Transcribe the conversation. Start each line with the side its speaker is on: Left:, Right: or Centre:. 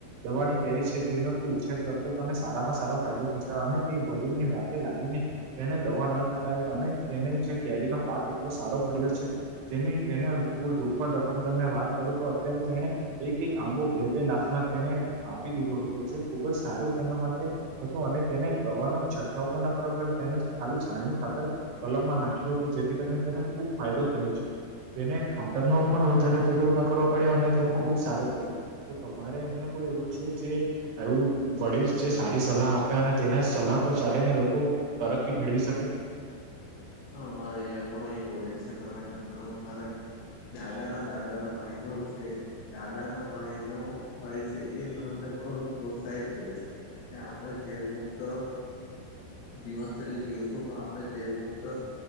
Right: દવાની કેરી છે જેનો ત ઉછર કરતો તને સારામાં સારો ફાયદો થશે અને તે વડીલની વાતે લાગીને તેને દવા ન છટાવી અને તેને જે કેરીનો પાક એટલો સારો મળ્યો છે. જેની તેનેૂ રોકડ રકમ તમને વાત કરું તો અત્યારે જેને એક એક આંબો બે બે લાખમાં તેને આપી દીધો હતો જે ખુબ જ સારું તેના માટે હતું અને તેને દવાનો છંટકાવ પણ ના કરવા પડે તેને ખાલી છાણીઓ ખાતર કલમમાં નાખી હતો જેથી કારણે તે ખૂબ ફાયદો થયો છે તેને ખાતર ન પણ વધારે પેલું ન કરવા પડ્યો અને તેને ખુબ સારું પડ્યું તો તમારે અહિયાં કોઈ એવું છે જે એવુ વડીલ જે સારી સલાહ આપ્યા અને તેના સલાહ પર ચાલીને લોકો તરક્કી મેળવી શકે
Left: હા મારે એ પણ અ વડીલ છે મારા ઘરના મારા દાદા ના દાદા ના ભાઈનો છે દાદા ના ભાઈ નો ભાઈ છે એ મને અમને ઘણો પ્રોત્સાહિત કરે છે કે આપણે ઝેર મુુક્ત જીવનશૈલી જીવશું ન આપણે ઝેર મુક્ત ક ક